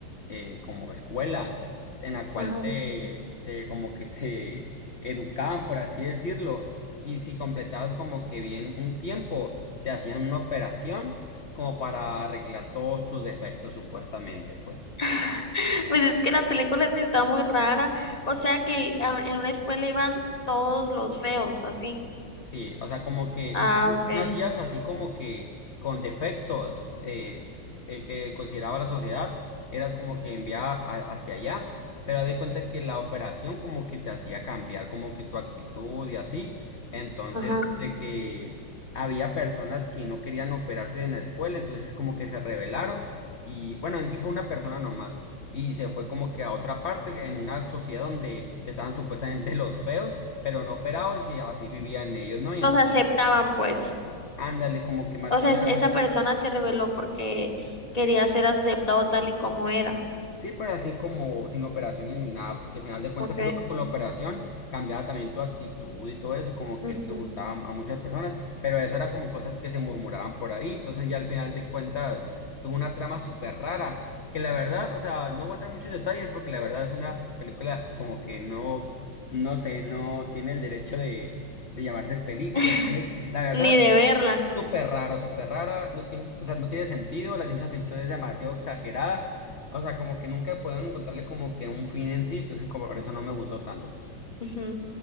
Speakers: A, on the left; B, on the left.
A: eh, como escuela en la cual
B: Ajá.
A: te, te como que te educaban, por así decirlo, y si completabas como que bien un tiempo, te hacían una operación como para arreglar todos tus defectos, supuestamente, pues.
B: <laughs> Pues es que la película está muy rara. O sea que a- en una escuela iban todos los feos, así.
A: Sí, o sea, como que
B: Ah,
A: si tú
B: okay.
A: nacías así como que con defectos eh, eh, que consideraba la sociedad, eras como que enviada a- hacia allá, pero de cuenta que la operación como que te hacía cambiar como que tu actitud y así. Entonces,
B: Ajá.
A: de que había personas que no querían operarse en la escuela, entonces como que se rebelaron y bueno, en sí fue una persona nomás y se fue como que a otra parte, en una sociedad donde estaban <laughs> supuestamente los feos pero no operados y así vivían ellos, ¿no? Y
B: Los
A: entonces,
B: aceptaban, pues.
A: ándale, como que más
B: O
A: que
B: sea,
A: nada,
B: es- esta persona se rebeló porque quería ser aceptado tal y como era.
A: sí, pues así como sin operaciones ni nada, porque al final de cuentas
B: Okay.
A: creo que con la operación cambiaba también tu actitud y todo eso, como que
B: Ujú.
A: no le gustaba a muchas personas, pero eso era como cosas que se murmuraban por ahí, entonces ya al final de cuentas tuvo una trama súper rara, que la verdad, o sea, no voy a entrar en muchos detalles porque la verdad es una película como que no, no sé, no tiene el derecho de, de llamarse película,
B: <laughs>
A: entonces, la verdad...
B: Ni de verla.
A: Súper rara, súper rara, no tiene, o sea, no tiene sentido, la ciencia ficción es demasiado exagerada, o sea, como que nunca pueden encontrarle como que un fin en sí, entonces como por eso no me gustó tanto.
B: Ujú.